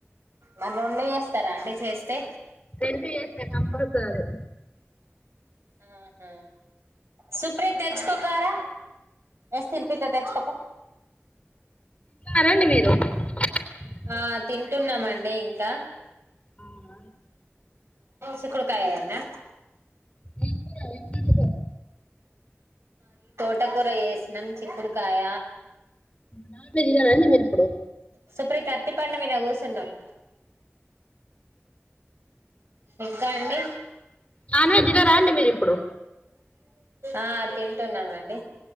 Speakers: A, on the right; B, on the left.
A: మళ్ల రెండు చేస్తారా అండి చేస్తే
B: రెండు చేస్తా కంపల్సరీ
A: ఆహా సుప్రియ తెచ్చకో కార ఎగ్స్ తినిపిత్త తెచ్చుకో పో
B: తిన్నారా అండి మీరు స
A: ఆ తింటున్నామండి ఇంకా
B: అవునా
A: చిక్కుడు కాయ నా
B: ఏం కూర ఏం తింటున్నావ్
A: మట్ట కూర వేసాం చిక్కుడుకాయ
B: నాన్ వెజ్ తినరా అండి మీరు ఇప్పుడు
A: సుప్రీత అరటిపండు మీద కూర్చున్నావు ఇంకా అండి
B: నాన్ వెజ్ తినరా అండి మీరు ఇప్పుడు
A: ఆ తింటున్నామండి